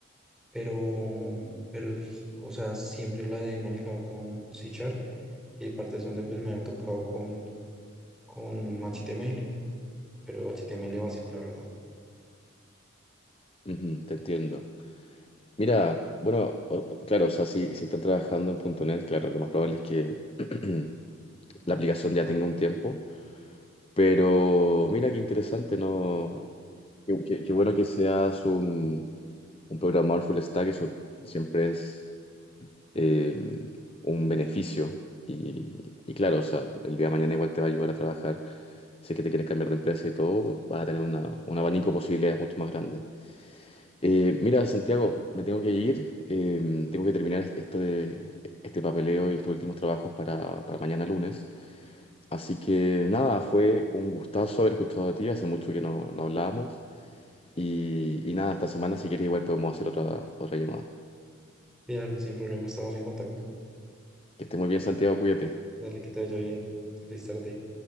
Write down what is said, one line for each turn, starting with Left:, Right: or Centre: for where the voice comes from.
Centre: pero, pero, es- o sea, siempre la he manejado con C Sharp y hay partes donde pues me ha tocado con, con HTML, pero HTML básico, la verdad.
Left: Ujú, te entiendo. Mira, bueno, o- claro, o sea, si, si están trabajando en punto .NET, claro, lo más probable es que <clears throat> la aplicación ya tenga un tiempo, pero mira qué interesante, ¿no? Qué, qué- qué bueno que seas un, un programador full stack, eso siempre es eh, un beneficio. Y, y claro, o sea, el día de mañana igual te va a ayudar a trabajar. si es que te quieres cambiar de empresa y todo, vas a tener una- un abanico de posibilidades mucho más grande. Eh, mira, Santiago, me tengo que ir, eh, tengo que terminar esto de, este papeleo y estos últimos trabajos para, para mañana lunes. Así que nada, fue un gustazo haber escuchado a ti, hace mucho que no, no hablábamos. Y, y nada, esta semana si quieres igual podemos hacer otra, otra llamada.
Centre: Dale, sin problema, estamos en contacto.
Left: Que estés muy bien, Santiago, cuídate.
Centre: Dale, que te vaya bien. Feliz tarde.